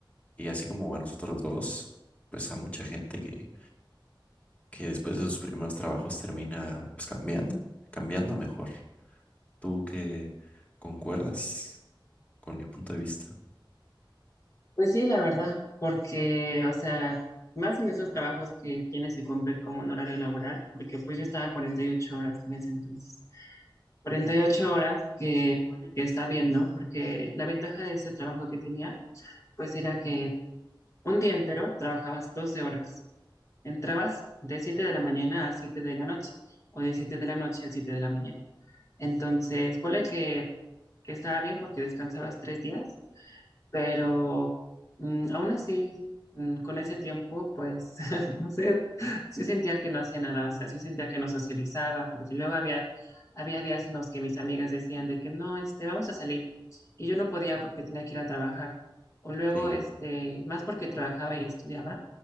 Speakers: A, on the left (about 15°); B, on the left (about 35°).
A: y así como a nosotros los dos, pues a mucha gente que que después de sus primeros trabajos termina pues, cambiando, cambiando a mejor. ¿Tú que concuerdas con mi punto de vista?
B: Pues sí, la verdad, porque, o sea, más en esos trabajos que tienes que cumplir como en horario laboral, porque pues yo estaba 48 horas en ese entonces. cuarenta y ocho horas que pone que está bien, ¿no? Porque la ventaja de ese trabajo que tenía, pues era que un día entero trabajabas 12 horas. Entrabas de 7 de la mañana a 7 de la noche o de 7 de la noche a 7 de la mañana. Entonces, ponle que, que estaba bien porque descansabas tres días, pero mm, aún así, mm, con ese tiempo, pues, <laughs> no sé, sí sentía que no hacía nada, o sea, sí sentía que no socializaba, porque luego había, había días en los que mis amigas decían de que no, este, vamos a salir, y yo no podía porque tenía que ir a trabajar, o luego,
A: Sí,
B: este, más porque trabajaba y estudiaba.